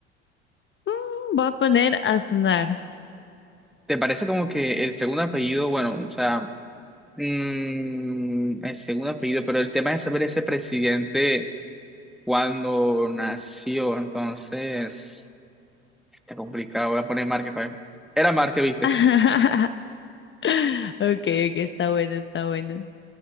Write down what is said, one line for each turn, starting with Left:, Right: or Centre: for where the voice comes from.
Left: Mm, Voy a poner Aznar.
Centre: ¿Te parece como que el segundo apellido, bueno, o sea, mm, el segundo apellido, pero el tema es saber ese presidente cuando nació, entonces, está complicado, voy a poner Márquez para Era Márquez, ¿viste?
Left: <laughs> Okay, okay, está bueno, está bueno.